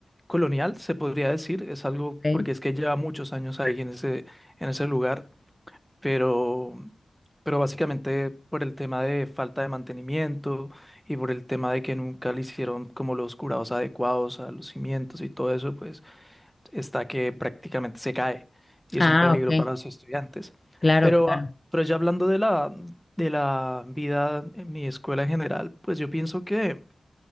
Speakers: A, in the centre; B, on the left.
A: colonial, se podría decir, es algo
B: ok.
A: porque es que lleva muchos años ahí en ese, en ese lugar, pero, pero básicamente por el tema de falta de mantenimiento y por el tema de que nunca le hicieron como los curados adecuados a los cimientos y todo eso, pues está que prácticamente se cae y es
B: Ah,
A: un peligro
B: ok,
A: para los estudiantes.
B: claro,
A: Pero,
B: claro,
A: ah, pero ya hablando de la, de la vida en mi escuela en general, pues yo pienso que